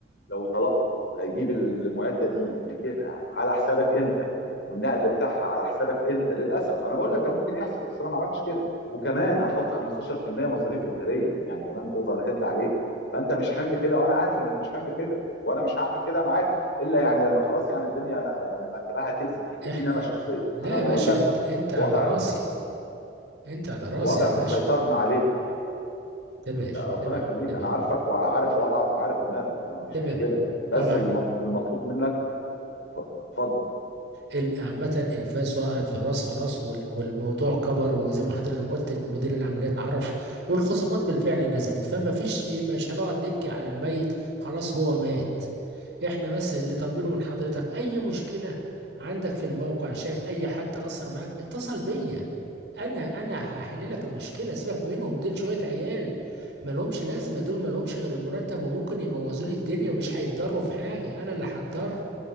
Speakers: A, on the left; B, on the right.
A: لو طلبته هيجيب المعده دي ويجيبها على حسابك انت والنقل بتاعها على حسابك انت للاسف انا بقول لك ده ممكن يحصل بس انا ما عملتش كده وكمان هحط 15% مصاريف اداريه يعني كمان اوفر هيد عليك فانت مش حمل كده وانا عارف انك مش حمل كده وانا مش هعمل كده معاك الا يعني لما خلاص يعني الدنيا لما انت بقى هتاذي هتاذيني
B: إح...
A: انا شخصيا
B: لا
A: انا
B: يا
A: بقول
B: باشا
A: لك
B: انت انت
A: الوضع
B: على راسي انت على راسي
A: الوضع
B: يا
A: احنا
B: باشا
A: سيطرنا عليه
B: تمام
A: لا ربنا
B: تمام
A: يخليك
B: تمام
A: انا عارفك وعارف وضعك وعارف دماغك انا مفيش
B: تمام
A: مشكله بس
B: طبعا
A: المط- المطلوب منك ف- اتفضل
B: ال- عامة الفاس وقعت في الراس خلاص وال- والموضوع كبر وزي ما حضرتك قلت ان مدير العمليات عرف والخصومات بالفعل نزلت فما فيش ايه مش هنقعد نبكي على الميت خلاص هو مات احنا بس اللي طالبينه من حضرتك اي مشكلة عندك في الموقع شايف اي حد اثر معاك اتصل بيا انا انا هحل لك المشكله سيبك منهم دول شويه عيال مالهمش لازمه دول مالهمش غير المرتب وممكن يبوظوا لي الدنيا ومش هيتضروا في حاجه انا اللي هتضر